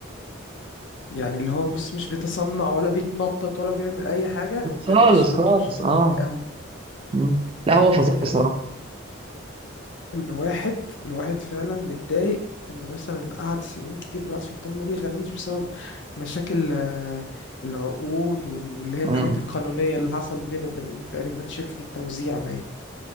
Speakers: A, on the left (about 65°); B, on the right (about 25°).
A: يعني اللي هو بص مش بيتصنع ولا بيتنطط ولا بيعمل اي حاجة وبجد
B: خالص
A: صوته
B: خالص
A: صوته
B: اه
A: جامد قوي
B: مم. لا
A: يعني
B: هو فظيع بصراحه
A: الواحد الواحد فعلا متضايق ان مثلا قعد سنين كتير بقى سلطان ما بيغنيش بسبب مشاكل آه، العقود وال- واللي هي الحاجات
B: مم.
A: القانونية اللي حصل بينه وبين تقريبا شركة التوزيع باين